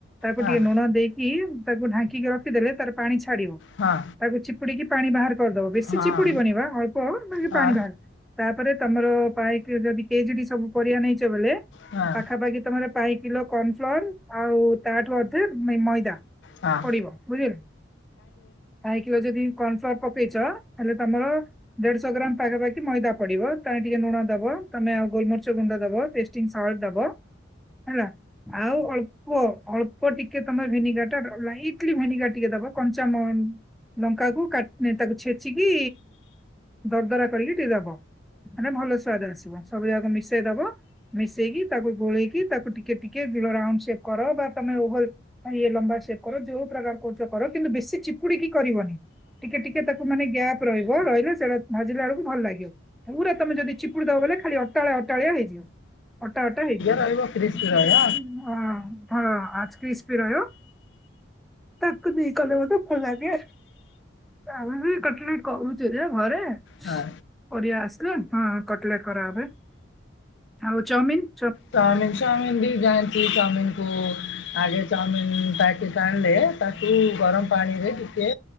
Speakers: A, in the centre; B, on the left (about 70°).
A: ତାକୁ
B: ହଁ
A: ଟିକେ ଲୁଣ ଦେଇକି ତାକୁ ଢାଙ୍କିକି ରଖିଦେଲେ ତାର ପାଣି ଛାଡିବ।
B: ହଁ।
A: ତାକୁ ଚିପୁଡିକି ପାଣି ବାହାର କରିଦବ ବେଶୀ
B: ହଁ
A: ଚିପୁଡି ବନିବା ଅଳ୍ପ ମାନେ
B: ହଁ
A: ପାଣି ବାହାର ତାପରେ ତମର ପାଇକ୍ ଯଦି କେଜିଡି ସବୁ ପରିବା ନେଇଛ ବୋଲେ
B: ହଁ
A: ପାଖାପାଖି ତମର ପାଇକ୍ କିଲୋ କର୍ଣଫ୍ଲୋର ଆଉ ତାଠୁ ଅଧେ ମେମଇ ଦା
B: ହଁ
A: ପଡିବ ବୁଝିଲେ <unintelligible> ଯଦି କର୍ଣଫ୍ଲୋର ପକେଇଚ ହେଲେ ତମର ଦେଢଶହ ଗ୍ରାମ ପାଖାପାଖି ମଇଦା ପଡିବ ତାଲେ ଟିକେ ଲୁଣ ଦବ। ତମେ ଆଉ ଗୋଲମରିଚ ଗୁଣ୍ଡ ଦବ ଟେଷ୍ଟିଂ ସଲ୍ଟ ଦବ ହେଲା ଆଉ ଅଳ୍ପ ୱ ଅଳ୍ପ ଟିକେ ତମେ ଭିନିଗାର ଟା ଡ ଲାଇଟ୍ ଲି ଭିନିଗାର ଟିକେ ଦବ କଞ୍ଚାମ ଲଙ୍କା କୁ କା ତାକୁ ଛେଚିକି ଦରଦରା କରିକି ଟିକେ ଦବ। ମାନେ ଭଲ ସେ ସୁଆଦ ଆସିବ ସବୁ ଯାକ ମିଶେଇ ଦବ ମିଶେଇକି ତାକୁ ଗୋଳେଇକି ତାକୁ ଟିକେ ଟିକେଗ୍ଲୋ ରାଉଣ୍ଡ ସେ କର ବା ତମେ ଓହଲ ଇ ଲମ୍ବା ସେ କର ଯୋଉ ପ୍ରକାର କହୁଛ କର କିନ୍ତୁ ବେଶୀ ଚି ପୁଡିକି କରିବନି ଟିକେ ଟିକେ ତାକୁ ମାନେ ଗ୍ୟାପ ରହିବ ରହିଲେ ସେଇଟା ଭାଜିଲା ବେଳକୁ ଭଲ ଲାଗିବ ପୁରା ତମେ ଯଦି ସୁଯୋଗ ବଇଲେ ଖାଲି ଅଟାଳଆ ଅଟାଳିଆ ହେଇଯିବ ଅଟା ଅଟା ହେଇଯିବ
B: ରହିବ ରହିବ
A: ସେମା ହଁ ହଁ ଆଜ ପିସ୍ ବିି ରହିବ ତାକୁ ଦି କଲେ ମତେ ଫ <unintelligible> ଆମେ ବି କଟ ନାଇଟ କହୁଛୁରେ ଘରେ
B: ହଁ
A: ପରିଆ ଆସିଲେ ହଁ କଟଲାଟେ କରାହେବେ ଆଉ ଚାଉମିିନ
B: ଚାଉମିିନ ଚାଉମିିନ ବି ଯାଣିନ୍ତି ଚାଉମିିନକୁ ଆଗେ ଚାଉମିିନ ପ୍ୟାକେଟ୍ ଆଣିଲେ ତାକୁ ଗରମ ପାଣିରେ ଟିକେ